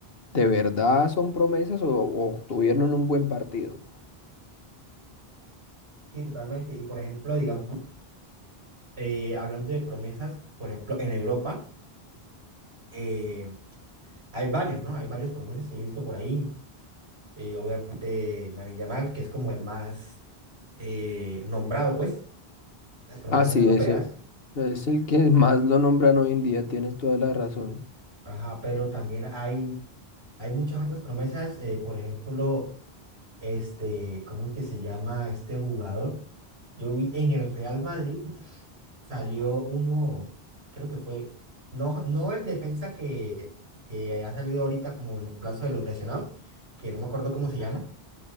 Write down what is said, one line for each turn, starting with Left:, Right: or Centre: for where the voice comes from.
Left: ¿de verdad son promesas o, o tuvieron un buen partido?
Right: Sí, totalmente. Y por ejemplo, digamos, eh, hablando de promesas, por ejemplo, en Europa. eh, Hay varios, ¿no? Hay varios promesas que yo he visto por ahí. Eh, obviamente, Lamine Yamal, que es como el más eh, nombrado, pues, las promesas
Left: Ah, sí,
Right: europeas.
Left: ese es el que <laughs> más lo nombran hoy en día, tienes toda la razón.
Right: Ajá, pero también hay, hay muchas otras promesas. eh, por ejemplo, este, ¿cómo es que se llama este jugador? Yo vi en el Real Madrid salió uno, creo que fue, no, no el defensa que, que ha salido ahorita como en el plazo de los lesionados, que no me acuerdo cómo se llama